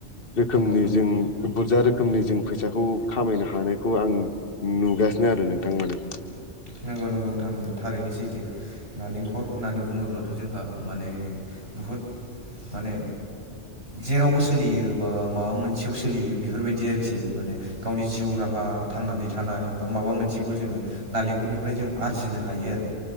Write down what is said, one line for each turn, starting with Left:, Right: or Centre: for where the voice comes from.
Left: रोखोमनि
Right: दङ जोङो नारेंखलनिफ्रायबो जोङो औ नंगौ
Left: जों। बुरजा रोखोमनि जों फैसाखौ खामायनो हानायखौ आं नुगासिनो आरो नोंथां माने।
Right: नंगौ नंगौ नोंथां नंगौ थारैनो सैथो। नालेंखर होननानै बुङोब्लाथ' जोंहा माने बहुद माने जेरावबो स- सोलियो बा माबा मोनसेयाव सोलियो बेफोरबायदि आरोखि। माने गावनि जिउ राहा थांनानै थानाय नाय बा मा मोनखौ जोङो नालेंखनिफ्राय जों आरजिनो हायो आरो।